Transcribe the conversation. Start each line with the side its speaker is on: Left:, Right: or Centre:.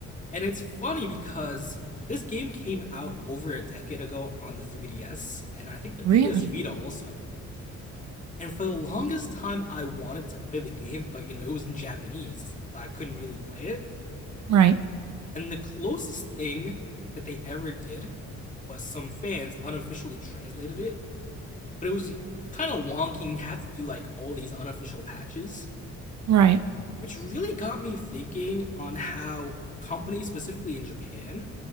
Left: and it's funny because this game came out over a decade ago on the 3DS and I think the PS
Right: really?
Left: Vita also. And for the longest time I wanted to play the game, but you know, it was in Japanese, so I couldn't really play it.
Right: Right,
Left: And the closest thing that they ever did was some fans unofficially translated it but it was kind of wonky and had to do like all these unofficial patches,
Right: right.
Left: which really got me thinking on how companies, specifically in Japan,